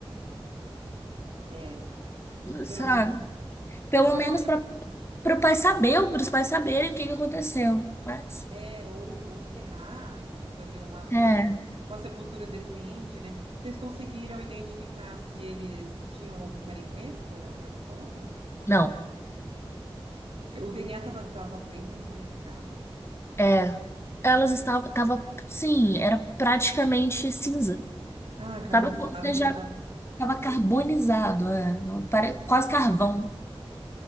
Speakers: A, on the right; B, on the left.
A: É, pelo
B: sabe?
A: menos,
B: Pelo
A: pelo
B: menos
A: menos
B: para o pai saber, para os pais saberem o que que aconteceu. Mas,
A: é, ou, ou enterrar e fazer uma,
B: é,
A: um- uma sepultura decente, né? Vocês conseguiram identificar se eles tinham algum parentesco, uma criança com a outra?
B: não.
A: O DNA tava, tava bem prejudicado, então.
B: É, elas estavam, tava, sim, era praticamente cinza.
A: Ah, carbonizado
B: Tava, co-
A: já
B: já
A: tava.
B: tava carbonizado, é, não, pare- quase carvão.